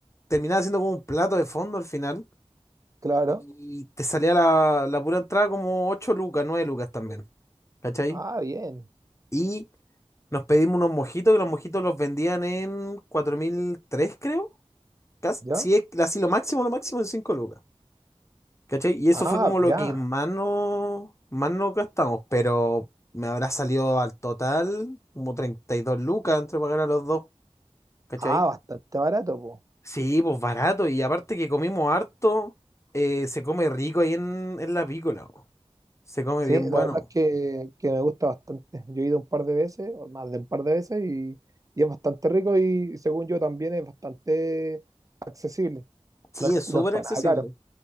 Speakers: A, on the left (about 25°); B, on the right (about 30°).
A: terminaba siendo como un plato de fondo al final
B: Claro.
A: y te salía la, la pura entrada como 8 lucas, 9 lucas también, ¿cachai?
B: Ah, bien.
A: Y nos pedimos unos mojitos, que los mojitos los vendían en 4.003 creo. Casi,
B: Ya.
A: sí, es así lo máximo, lo máximo en 5 lucas. ¿Cachai? Y eso
B: Ah,
A: fue como lo
B: ya.
A: que más no, más no gastamos, pero me habrá salido al total como 32 lucas entre pagar a los dos, ¿cachai?
B: Ah, bastante barato, po.
A: Sí, pues barato, y aparte que comimos harto, eh, se come rico ahí en, en la pícola, po. Se come
B: Sí,
A: bien bueno.
B: la verdad es que, que me gusta bastante. Yo he ido un par de veces, o más de un par de veces, y, y es bastante rico y según yo también es bastante accesible.
A: Sí,
B: No es,
A: es súper
B: no es para
A: accesible.
B: nada caro.